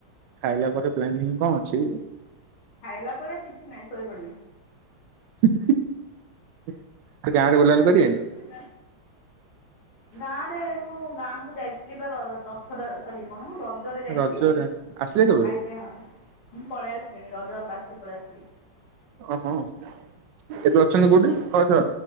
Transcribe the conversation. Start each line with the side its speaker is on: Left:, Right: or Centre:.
Right: ଖାଇଲା ପରେ ପ୍ଲାନିଂ କଣ ଅଛି?
Left: ଖାଇଲା ପରେ କିଛି ନାହିଁ ଶୋଇପଡିବି।
Right: <unintelligible> ବୁଲାବୁଲି
Left: <unintelligible>
Right: <unintelligible>
Left: ଗାଁରେ ମୁଁ ଗାଁକୁ ଯାଇଥିଲି ବା ର ଦଶହରା ସରି କଣ ରଜରେ ଯାଇଥିଲି
Right: ରଜରେ ଆସିଲେ କେବେ?
Left: ଆଜ୍ଞା ହଁ ମୁଁ ପଳେଇ ଆସିଲିଣିି ରଜ ବାସି ପଳେଇ ଆସିଲି।
Right: ଓହଁ ଏବେ ଅଛନ୍ତି କୋଉଠି